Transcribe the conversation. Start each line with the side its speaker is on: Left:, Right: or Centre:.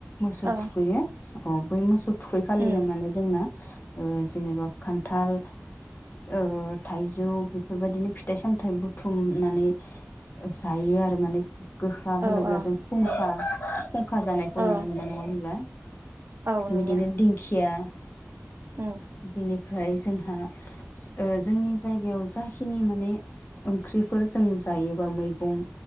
Left: मोसौ
Right: औ
Left: थुखैयो अ बै मोसौ थुखै खालिनो
Right: उम
Left: माने जोंना ओ जेनेबा खान्थाल ओ थाइजौ बेफोरबायदिनो फिथाइ सामथाइ बुथुमनानै जायो आरो माने गोखा होनोब्ला
Right: औ औ
Left: जों खुंखा
Right: उम
Left: खुंखा जानायखौ
Right: औ
Left: नुनो मोना नङा होनब्ला
Right: औ नुयो
Left: बिदिनो दिंखिया
Right: उम
Left: बिनि ओमफ्राय जोंहा ओ जोंनि जायगायाव जाखिनि माने ओंख्रिफोर जों जायोबा मैगं